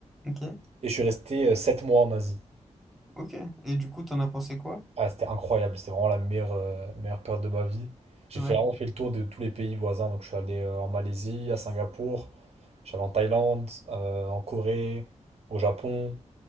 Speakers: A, in the centre; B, on the right (about 55°).
A: Ok,
B: Et je suis resté euh, sept mois en Asie.
A: ok. Et du coup, t'en as pensé quoi?
B: Ah, c'était incroyable, c'était vraiment la meilleure, euh, meilleure période de ma vie. J'ai
A: Ouais.
B: fait- vraiment fait le tour de tous les pays voisins, donc je suis allé euh, en Malaisie, à Singapour, j'allais en Thaïlande, euh, en Corée, au Japon,